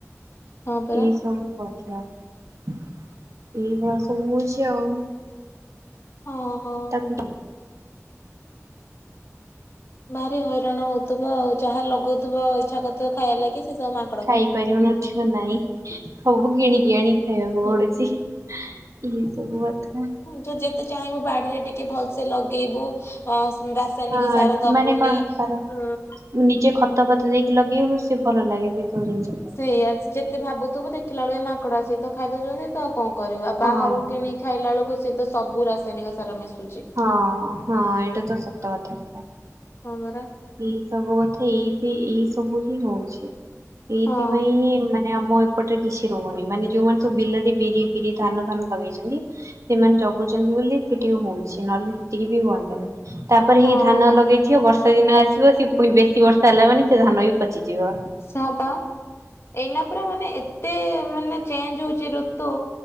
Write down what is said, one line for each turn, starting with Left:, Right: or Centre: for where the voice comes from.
Left: ହଁ ପରା
Right: ଏଇ ସବୁ କଥା। ଏଇ ଭଳିଆ ସବୁ ହଉଚି ଆଉ।
Left: ଓହୋ।
Right: ତାକୁ
Left: ଭାରି ହଇରାଣ ହଉଥିବ ଆଉ ଯାହା ଲଗଉଥିବ ଇଛା କରୁଥିବ ଖାଇବା ଲାଗି ସେ ସବୁ ମା
Right: ଖାଇପାରିବନଛ ନାଇଁ ସବୁ କିଣିକି
Left: ହୁଁ
Right: ଆଣିକି ଖାଇବାକୁ
Left: ହୁଁ
Right: ପଡୁଛି। ଏଇ ସବୁ କଥା।
Left: ତ ଯେତେ ଚାହିଁବୁ ବାଡିରେ ଟିକେ ଭଲସେ ଲଗେଇବୁ ରାସାୟନିକ
Right: ହଁ
Left: ସାର। ଦବୁନି
Right: ମାନେ କଣ
Left: ହୁଁ।
Right: ତାର ନିଜେ ଖତ ଫତ ଦେଇକି ଲଗେଇବ ସେ ଭଲ ଲାଗେ ସେ ସବୁ ଜିନିଷ। ଖାଇବା
Left: ସେଇଆଛି
Right: ପାଇଁ
Left: ଯେତେ ଭାବୁଥିବୁ ଦେଖିଲା ବେଳୁ ଏ ମାଙ୍କଡା ଆସିକି ତ ଖାଇଦଉଛନ୍ତି ତ ଆଉ କଣ କରିବୁ
Right: ହଁ।
Left: ବାହାରୁ କିଣିିକ ଖାଇଲା ବେଳକୁ ସ ତ ସବୁ ରାସାୟନିକ ସାର ମିଶୁଛି।
Right: ହଁ ହଁ ଏଇଟା ତ ସତ କଥା ପୁରା।
Left: ହଁ ପରା।
Right: ଏଇ ସବୁ କଥା ଏଇଠି ଏଇ ସବୁ ହିଁ ହଉଛି। ଏଇଥିପାଇଁ
Left: ହଁ
Right: ମାନେ ଆମ ସେପଟରେ କିଛି ରହୁନି ମାନେ ଯୋଉମାନେ ସବୁ ବିଲରେ ବିରି ଫିରି ଧାନ ଫାନ ଲଗେଇଛନ୍ତି। ସେମାନେ ଜଗୁଛନ୍ତି ବୋଲି ସେଠି ହଉଛି ନହେଲେ ସେତିକି ବି ହୁଅନ୍ତତାନି। ତାପରେ
Left: ହଁ
Right: ହେଇ ଧାନ
Left: ହଁ
Right: ଲଗେଇଥିବ ବର୍ଷା ବର୍ଷା ଦିନ ଆସିବ ସେ ପୁଣି ବେଶୀ ବର୍ଷା ହେଲା ମାନେ ସେ ଧାନ ବି ପଚିଯିବ।
Left: ସା ପା ଏଇନା ପୁରା ମାନେ ଏତେ ମାନେ ଚେଞ୍ଜ ହଉଛି ଋତୁ